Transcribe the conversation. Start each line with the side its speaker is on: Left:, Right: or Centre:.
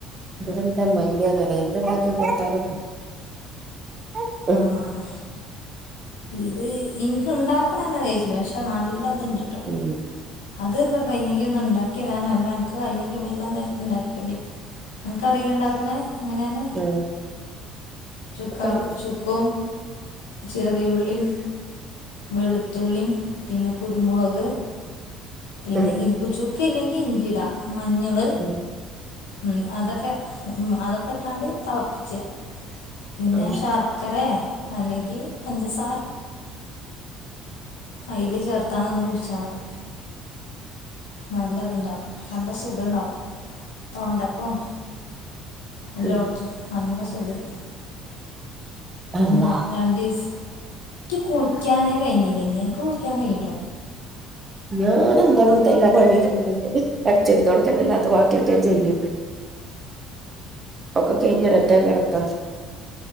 Right: ഇവിടെന്റെ അമ്മായിമ്മ അങ്ങനെ എന്തുണ്ടാക്കി കൊടുത്താലും കു
Left: ആഹ് ഇത് ഇനിക്ക് ഇണ്ടാക്കണെന്നെ ദേഷ്യല്ല പക്ഷെ നല്ലത്ണ്ട്ട്ടോ
Right: ഉം
Left: അതൊക്കെ കഴിഞ്ഞെങ്കിൽ ഒന്നും ഉണ്ടാക്കിരാന അല്ലേ അനക്ക് കയിഞ്ഞെങ്കിൽ മെല്ലെ ഒന്ന് ഉണ്ടാക്കിയോണ്ടി അനക്ക്റീലെ ഇണ്ടാക്കണ എങ്ങനെയന്ന്
Right: ഉം
Left: ചുക്കപ്
Right: കറി
Left: ചുക്കും ചെറിയ ഉ ഉള്ളിയിം വെളുത്തുള്ളീം പിന്നെ കുരുമുളക് പിന്നെ
Right: ഉം
Left: ഇൻക്ക് ചുക്ക ഇല്ലെങ്കി ഇഞ്ചിടാ മഞ്ഞള്
Right: ഉം
Left: ഉം അതൊക്കെ അതൊക്കെ ഇട്ടാണ്ട് തളപ്പിച്ച്യാ പിന്നെ
Right: ഉം
Left: ശർക്കരെ അല്ലെങ്കി പഞ്ചസാ അയില് ചേർത്താണ് ഒന്ന് പുട്ച്ചാ മതി നല്ലത്ണ്ടാവും നല്ല സുഖം ഇണ്ടാവും. തൊണ്ടക്കും എല്ലോട്ത്തും
Right: ഉം
Left: നല്ല സുഖേ ക്കും. പിന്നെ
Right: അള്ളാ
Left: രണ്ടീസ് ഇയ്ക്ക് കുളിക്കാനേ കഴിഞ്ഞില്ലേനീ അനക്ക് കുളിക്കാൻ കഴിയുണ്ടോ
Right: ഞാനെന്താ ഇവട്ത്തെ എല്ലാ പണി ഇട്ക്ക്ണ് ഇണ്ട്. അടിച്ചാരി തൊട്ക്കല് അല്ലാത്ത വാക്ക്യക്കെ ഞാൻ ചെയ്യ്ണ്ട്. ഒക്കെ കഴിഞ്ഞ് ഒരറ്റാ കെടത്ത.